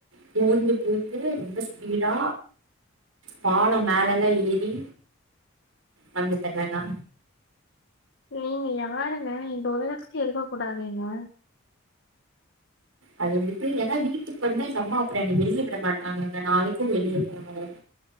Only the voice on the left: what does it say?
நீங்கியா பாருங்க இந்த உலகத்தல இருக்க குடாதுங்கே